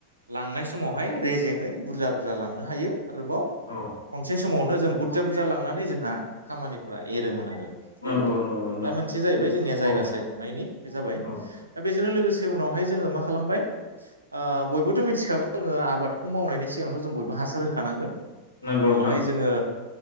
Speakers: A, on the right (about 80°); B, on the left (about 80°).
A: लांनाय समावहाय रेजेेङै बुरजा बुरजा लांनो हायो आरोबाव
B: औ
A: मोनसे समावनो जों बुरजा बुरजा लांनानै जोंहा खामानिफोरा एरोमोन आरो बेबायदि
B: नंगौ
A: दा
B: नंगौ नोंथां
A: मोनसे जाहैबाय जोंनिया जायगा
B: औ
A: सायख'नायनि बे जाबाय दा
B: औ
A: बेजों लोगोसे से उनावहाय जोङो मा खालामबाय ओ बयबोथ' मिथिखागौ जोङो आबादखौ मावनायनि सिगांथ' जों बयबो हासार होखानांगोन
B: नंगौ
A: बेवहाय
B: नोंथां
A: जोङो